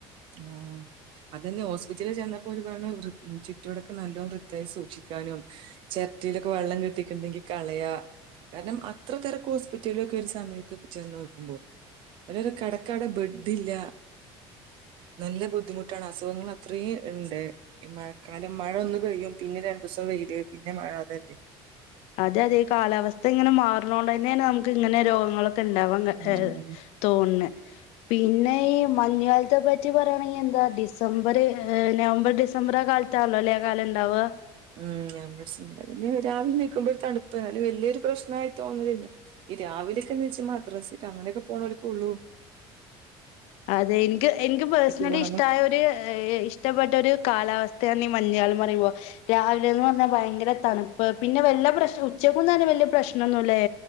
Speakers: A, on the right; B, on the left.
A: ആ അതന്നെ ഹോസ്പിറ്റലിൽ ചെന്നപ്പോ ഒരു പെണ്ണ് ചുറ്റുവാടൊക്കെ നല്ലോണം വൃത്തയായി സൂക്ഷിക്കാനും ചെര്ട്ടിലൊക്കെ വെള്ളം കെട്ടിക്ക്ണ്ടെങ്കി കളയാ കാരണം അത്ര തെരക്ക് ഹോസ്പിറ്റൽലൊക്കെ ഒരു സമയത്ത് ചെന്ന് നോക്കുമ്പോ അല്ല ഒര് കടക്കവിടെ ബെഡില്ല നല്ല ബുദ്ധിമുട്ടാണ് അസുഖങ്ങള് അത്രേം ഇണ്ട് ഈ മഴക്കാലം മഴ ഒന്ന് പെയ്യും പിന്നെ രണ്ടുസം വെയ്ല് പിന്നെ മഴ അതല്ലേ
B: അതെ അതെ കാലാവസ്ഥ ഇങ്ങനെ മാർണോണ്ട് തന്നെ <unintelligible> ക്ക് ഇങ്ങനെ രോഗങ്ങള് ക്കെ ഇണ്ടാവാൻ
A: ഉം.
B: തോൻണ് പിന്നെ ഈ മഞ്ഞുകാലത്തെ പറ്റി പറയാണെങ്കി എന്താ ഡിസംബറ്, നവംബർ, ഡിസംബർ ആ കാലത്താണല്ലോ അല്ലേ കാലം ഇണ്ടാവാ
A: ഉം ഞ പിന്നെ രാവിലെ നിക്കുമ്പോ ഒരു തണുപ്പാ വല്യയൊരു പ്രശ്നമായി തോന്ന്ന്നില്ല ഈ രാവിലെക്കെന്ന് വെച്ചാ മദ്രാസക്ക് അങ്ങനെക്കെ പോണോൽക്കെള്ളൂ
B: അതെ ഇൻക്ക് എൻക്ക് പേഴ്സണലി
A: പോണത്
B: ഇഷ്ടായ ഒര് ഇഷ്ടപ്പെട്ട ഒരു കാലാവസ്ഥയാണ് മഞ് കാലം പറയുമ്പോ രാവിലെന്ന് പറഞ്ഞാ ഭയങ്കര തൺപ്പ് പിന്നെ വല്ല പ്രശ്ം ഉച്ചയ്ക്കും തന്നെ വലിയ പ്രശ് ന്നന്നുല്ലേ